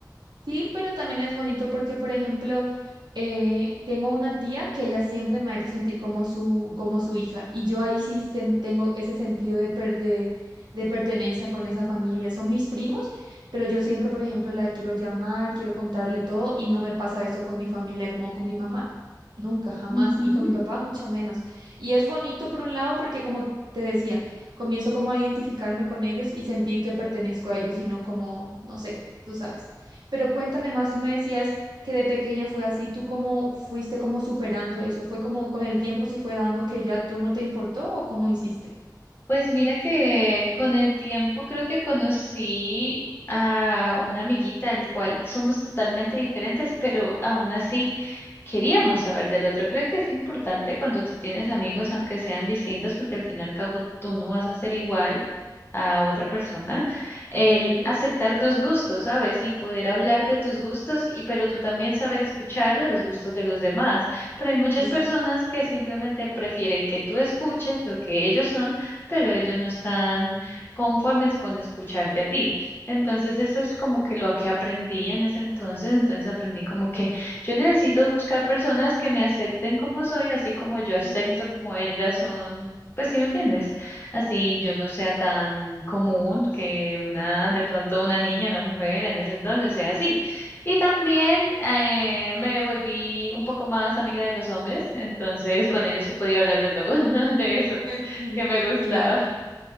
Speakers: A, on the right (about 70°); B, on the left (about 30°).
A: Sí, pero también es bonito porque, por ejemplo, eh, tengo una tía que ella siempre me ha hecho sentir como su, como su hija y yo ahí sí sen- tengo ese sentido de, per- de, de pertenencia con esa familia. Son mis primos, pero yo siempre, por ejemplo, la quiero llamar, quiero contarle todo y no me pasa eso con mi familia como con mi mamá. Nunca, jamás.
B: Ujú.
A: Y con mi papá, mucho menos. Y es bonito por un lado porque, como te decía, comienzo como a identificarme con ellos y sentir que pertenezco a ellos y no como, no sé, tú sabes. Pero cuéntame más, tú me decías que de pequeña fue así, ¿tú cómo fuiste como superando eso? ¿Fue como con el tiempo se fue dando que ya tú no te importó o cómo hiciste?
B: Pues mira que con el tiempo creo que conocí a una amiguita, al cual somos totalmente diferentes, pero aún así queríamos saber del otro. Creo que es importante cuando tú tienes amigos, aunque sean distintos, porque al fin y al cabo tú no vas a ser igual a otra persona, el
A: Sí,
B: aceptar tus gustos, ¿sabes? Y poder hablar de tus gustos, y pero tú también saber escuchar de los gustos de los demás. Pero hay muchas
A: exacto.
B: personas que simplemente prefieren que tú escuches lo que ellos son pero ellos no están conformes con escucharte a ti. Entonces eso es como que lo que aprendí en ese entonces, entonces aprendí como que yo necesito buscar personas que me acepten como soy, así como yo acepto
A: Claro,
B: como ellas son. Pues sí, ¿me entiendes? Así yo no sea tan común que una, de pronto una niña, una mujer en ese entonces sea así. Y también eh, me volví un poco más amiga de los hombres, entonces con ellos sí podía hablar de todo, <laughs> de eso
A: <laughs>
B: que me gustaba.
A: claro.